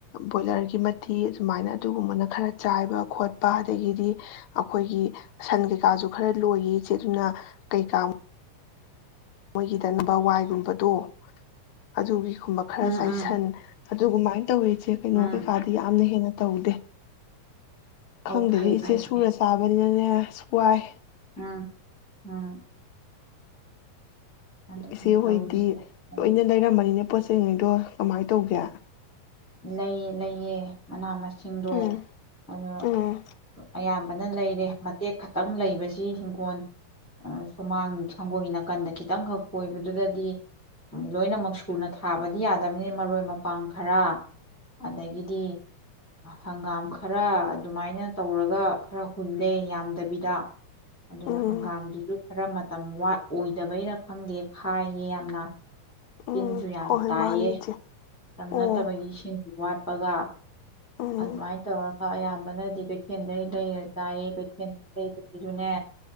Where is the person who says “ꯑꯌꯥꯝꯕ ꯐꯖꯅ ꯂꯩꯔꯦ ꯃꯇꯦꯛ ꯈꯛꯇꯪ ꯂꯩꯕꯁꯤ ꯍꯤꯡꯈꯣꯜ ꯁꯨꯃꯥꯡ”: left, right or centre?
Centre